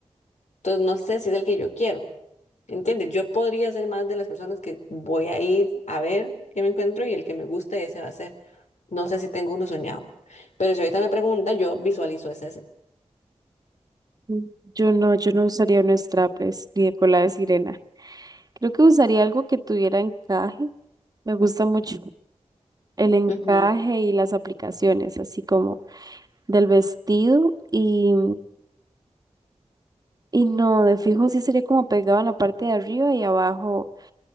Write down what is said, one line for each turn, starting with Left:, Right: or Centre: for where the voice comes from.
Left: Entonces no sé si es el que yo quiero ¿Entiendes? Yo podría ser más de las personas que voy a ir a ver qué me encuentro y el que me guste, ese va a ser. No sé si tengo uno soñado. Pero si ahorita me pregunta, yo visualizo ese. ese.
Right: Mm, Yo no, yo no usaría unos traples ni de cola de sirena. Creo que usaría algo que tuviera encaje. Me gusta mucho el encaje
Left: Ujú,
Right: y las aplicaciones, así como del vestido y, y no, de fijo sí sería como pegado en la parte de arriba y abajo